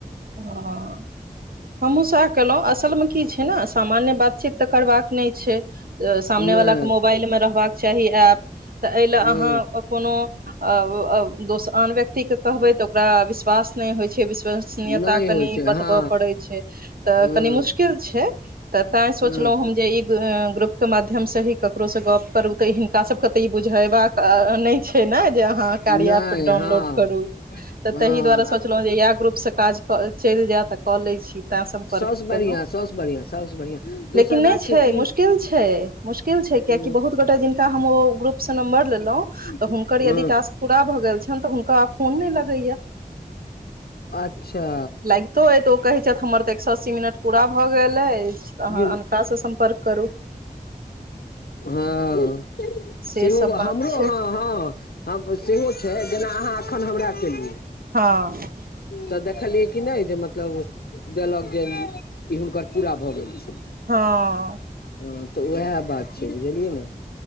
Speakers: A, on the right; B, on the left.
A: हँ हमहुँ सैह केलहुँ असलमे की छै नऽ सामान्य बातचीत तऽ करबाक नइ छै सामने
B: नहि
A: बाला केँ मोबाइल मे रहबाक चाही एप तऽ एहि लऽ
B: हँ
A: अहाँ कोनो अ - अ दोस आन व्यक्ति कऽ कहबै तऽ ओकरा विश्वास नइ होइ छै विश्वास नियता
B: नहि होइ
A: कनि
B: छै
A: बतबऽ
B: हँ
A: परै छै तऽ
B: हँ
A: कनी मुशकिल छै तैँ सोचलहुँ
B: हँ
A: हम जे ई ग्रुप केँ माध्यम से ही ककरो सँ गप करू तऽ हिनका सबके तऽ ई बुझेबाक नय छै नऽ जे अहाँ कार्या
B: नहि
A: एप डाउनलोड
B: हँ
A: करु तऽ
B: हँ
A: ताहि दुआरे सोच कहलियै इहै ग्रुप सँ काज चैल जैय तऽ कऽ लै छी छी तैय सम्पर्क
B: सभसँ बढ़िआँ
A: केलहुँ
B: सभसँ बढ़िआँ सभसँ बढ़िआँ दोसर
A: लेकिन नय
B: बात
A: छै
B: कि
A: मुश्किल छै मुश्किल छै कियाकि
B: ह
A: बहुत गोटा जिनका हम ओ ग्रुपसँ नम्बर लेलहुँ
B: हँ
A: तऽ हुनकर यदि टास्क पूरा भऽ गेल छैन तऽ हुनका आब फोन नय लगै य
B: अच्छऽ
A: <unintelligible> अतो ओ कहै छैथ हमर तऽ एक सौ अस्सी मिनट पूरा भऽ गेल अछि तऽ अहाँ
B: गिर
A: अनकासँ सम्पर्क करू
B: हँ
A: से
B: सेहो
A: सब
B: हमरो
A: बात छै
B: हँ हँ हम सेहो छै जेना अहाँ अखन हमरा केलिये
A: हँ
B: तऽ देखलियै कि नय जे मतलब देलक जे ई इ हुनकर पूरा भऽ गेल छै
A: हँ
B: हँ तऽ ओहै बात छै बुझलियै नऽ